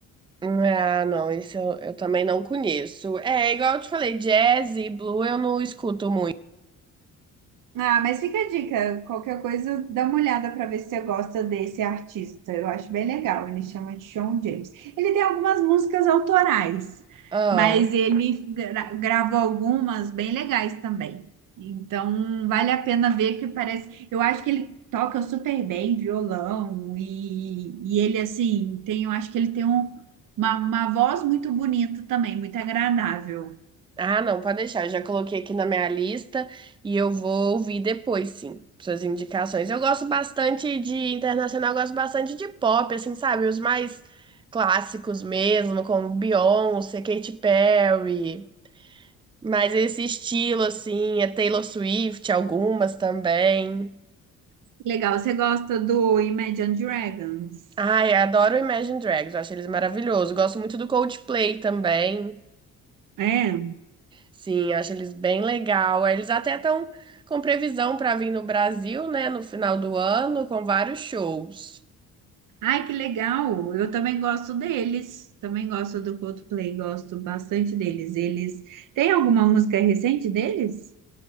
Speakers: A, on the right; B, on the right.
A: Ah, não, isso eu, eu também não conheço. É, igual eu te falei, jazz e blue eu não escuto muito.
B: Ah, mas fica a dica. Qualquer coisa, dá uma olhada para ver se você gosta desse artista. Eu acho bem legal. Ele chama de Shawn James. Ele tem algumas músicas autorais,
A: Ah.
B: mas ele gra- gravou algumas bem legais também. Então, vale a pena ver que parece. Eu acho que ele toca super bem violão e, e ele, assim, tem, eu acho que ele tem um- uma, uma voz muito bonita também, muito agradável.
A: Ah, não, pode deixar. Eu já coloquei aqui na minha lista e eu vou ouvir depois, sim, suas indicações. Eu gosto bastante de internacional, eu gosto bastante de pop, assim, sabe? Os mais clássicos mesmo, como Beyoncé, Katy Perry. Mas esse estilo, assim, é Taylor Swift, algumas também.
B: Legal. Você gosta do Imagine Dragons?
A: Ai, eu adoro o Imagine Dragons, eu acho eles maravilhosos. Gosto muito do Coldplay também.
B: É.
A: Sim, acho eles bem legal. É, Eles até estão com previsão para vir no Brasil, né, no final do ano, com vários shows.
B: Ai, que legal! Eu também gosto deles. Também gosto do Coldplay, gosto bastante deles. Eles tem alguma música recente deles?